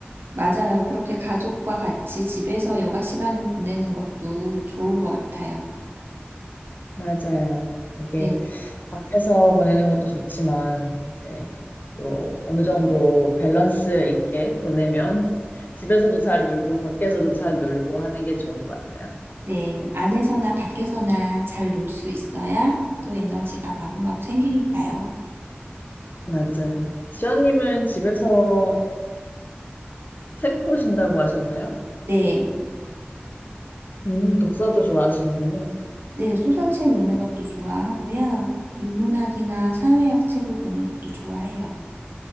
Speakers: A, on the right (about 65°); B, on the left (about 45°).
A: 맞아요. 그렇게 가족과 같이 집에서 여가 시간을 보내는 것도 좋은 것 같아요.
B: 맞아요. 이게
A: 네,
B: 밖에서 보내는 것도 좋지만, 이제 또 어느 정도 밸런스 있게 보내면 <laughs> 집에서도 잘 놀고, 밖에서도 잘 놀고 하는 게 좋은 것 같아요.
A: 네, 안에서나 밖에서나 잘 놀 수 있어야 또 에너지가 마구마구 생기니까요.
B: 맞아요. 지연님은 집에서 책 보신다고 하셨나요?
A: 네,
B: 음, 독서도 좋아하시는군요.
A: 네, 소설책 읽는 것도 좋아하고요. 인문학이나 사회학 책을 보는 것도 좋아해요.